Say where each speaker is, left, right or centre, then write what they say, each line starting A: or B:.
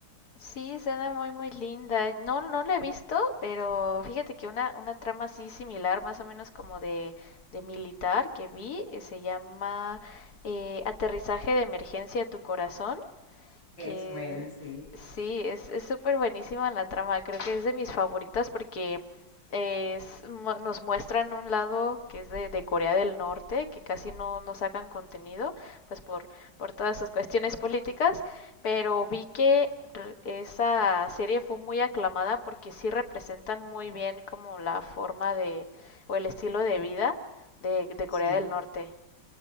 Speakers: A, on the left; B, on the left.
A: Sí, suena muy muy linda. No, no la he visto, pero fíjate que una, una trama así similar, más o menos como de, de militar que vi, eh, se llama eh, Aterrizaje de Emergencia a tu Corazón.
B: es
A: Que
B: buena, sí,
A: sí, es, es súper buenísima la trama. Creo que es de mis favoritas porque eh, es- mu- nos muestran un lado que es de, de Corea del Norte, que casi no, no sacan contenido, pues por, por todas sus cuestiones políticas, pero vi que re- esa serie fue muy aclamada porque sí representan muy bien como la forma de, o el estilo de vida de, de
B: sí.
A: Corea del Norte.